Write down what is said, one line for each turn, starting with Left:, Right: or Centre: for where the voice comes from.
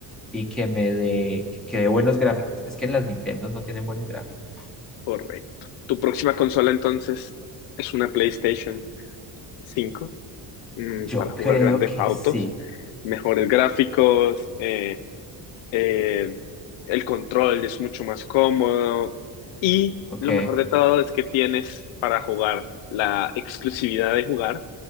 Centre: y que me dé que que dé buenos gráficos. Es que en las Nintendo no tienen buenos gráficos.
Left: Correcto. ¿Tu próxima consola entonces es una PlayStation cinco mm,
Centre: Yo
Left: para jugar
Centre: creo
Left: grandes
Centre: que
Left: autos,
Centre: sí.
Left: mejores gráficos, eh, eh, el control es mucho más cómodo y
Centre: Ok.
Left: lo mejor de todo es que tienes para jugar la exclusividad de jugar